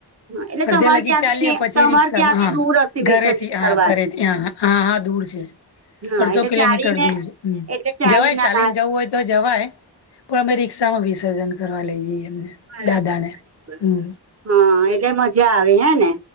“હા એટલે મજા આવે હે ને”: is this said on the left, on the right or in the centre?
Right